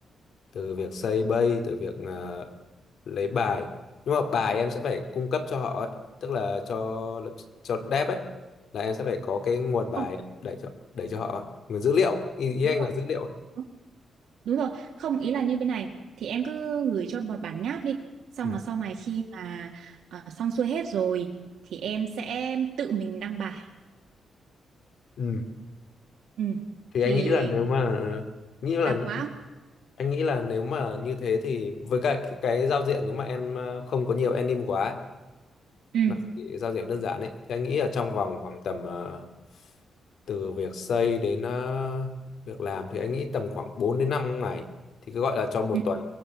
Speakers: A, on the left; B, on the right.
A: từ việc xây bay từ việc ờ, lấy bài nhưng mà bài em sẽ phải cung cấp cho họ ấy. tức là cho cho dev ấy là em sẽ phải có cái nguồn bài
B: Không,
A: đẩy cho đẩy cho họ ấy. nguồn dữ liệu ý, ý
B: đúng
A: anh
B: rồi
A: là dữ liệu ấy.
B: đúng đúng rồi không ý là như bên này thì em cứ gửi cho một bản nháp đi xong
A: ừ.
B: là sau này khi mà ờ, xong xuôi hết rồi thì em sẽ tự mình đăng bài
A: Ừ.
B: ừ
A: thì
B: thì
A: anh nghĩ là nếu mà nghĩ là
B: tạp quá không?
A: Anh nghĩ là nếu mà như thế thì với cả cái, cái giao diện nếu mà em ờ, không có nhiều anim quá ấy,
B: ừ
A: nó chỉ giao diện đơn giản ấy thì anh nghĩ là trong vòng khoảng tầm ờ, từ việc xây đến ờ, việc làm thì anh nghĩ tầm khoảng bốn đến năm ngày thì cứ gọi là cho một
B: ừ
A: tuần